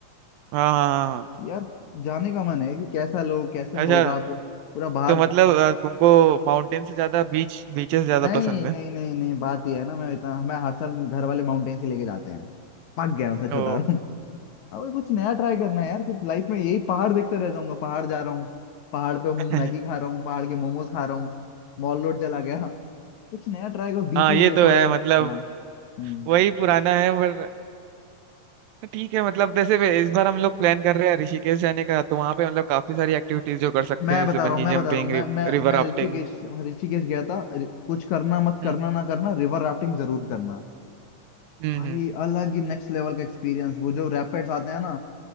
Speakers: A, on the right; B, on the left.
A: हाँ हाँ हाँ हाँ।
B: यार जाने का मन है कि कैसा लोग कैसे
A: अच्छा
B: होगा पू- पूरा बाहर
A: तो मतलब अ, तुमको माउंटेन से ज्यादा बीच बीचेस ज्यादा
B: नहीं
A: पसंद है
B: नहीं नहीं नहीं बात ये है ना मैं इतना मैं हर साल घर वाले माउंटेन्स ही लेके जाते हैं पक गया हूं, सच
A: ओ
B: बता रहा हूँ अब कुछ नया ट्राई करना है यार कुछ लाइफ में यही पहाड़ देखते रह जाऊंगा पहाड़ जा रहा हूँ पहाड़ पे हूँ
A: <laughs>
B: मैगी खा रहा हूँ पहाड़ के मोमोज खा रहा हूँ मॉल रोड चला गया कुछ नया ट्राई करो बीचेस
A: हाँ ये
B: देखो
A: तो है
B: यार
A: मतलब
B: हाँ हम्म
A: वही पुराना है पर ठीक है मतलब जैसे वे- इस बार हम लोग प्लान कर रहे हैं ऋषिकेश जाने का तो वहाँ पे मतलब काफी सारी एक्टिविटीज जो कर सकते
B: मैं
A: हैं
B: बता
A: जैसे
B: रहा
A: बंजी
B: हूँ मैं
A: जंपिंग
B: बता रहा हूँ मैं मैं
A: रिवर
B: मैं
A: राफ्टिंग
B: ऋषिकेश ऋषिकेश गया था रि- कुछ करना मत
A: हम्म
B: करना ना करना रिवर राफ्टिंग जरूर करना
A: हम्म
B: भाई
A: हम्म,
B: अलग ही नेक्स्ट लेवल का एक्सपीरियंस वो जो रैपिड्स आते हैं ना